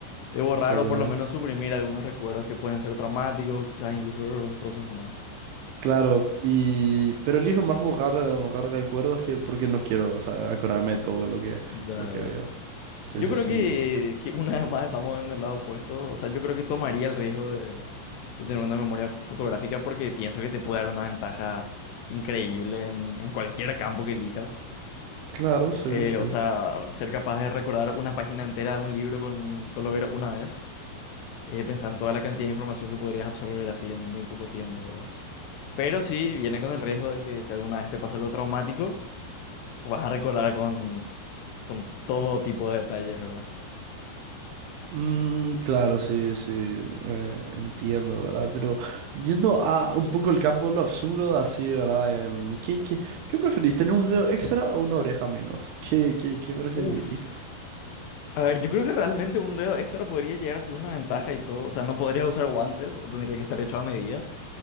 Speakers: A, on the left; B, on the right.
A: de borrar
B: Exactamente.
A: o por lo menos suprimir algunos recuerdos que pueden ser traumáticos, quizás incluso vergonzosos nomás.
B: Claro, y pero elijo más borrar, eh, borrar recuerdos que porque no quiero, o sea, acordarme de todo lo que
A: Ya,
B: lo que
A: ya.
B: veo. Sí,
A: Yo
B: sí,
A: creo
B: sí.
A: que,
B: mm,
A: que una vez más estamos en el lado opuesto. O sea, yo creo que tomaría el riesgo de, de tener una memoria fotográfica porque pienso que te puede dar una ventaja increíble en, en cualquier campo que elijas.
B: Claro, sí,
A: Eh,
B: sí.
A: o sea, ser capaz de recordar una página entera de un libro con solo ver una vez. Eh, pensar en toda la cantidad de información que podrías absorber así en muy poco tiempo, ¿verdad? Pero sí, viene con el riesgo de que si alguna vez te pasa algo traumático, vas a recordar con, con todo tipo de detalles, ¿verdad?
B: Mm, claro, sí, sí. eh, entiendo, ¿verdad? Pero yendo a un poco el campo de lo absurdo, así, ¿verdad? Em, ¿qué, qué, qué preferís? ¿Tener un dedo extra o una oreja menos? ¿Qué, qué, qué preferirías?
A: Uf. A ver, yo creo que realmente un dedo extra podría llegar a ser una ventaja y todo. O sea, no podría usar guantes o tendría que estar hecho a medida.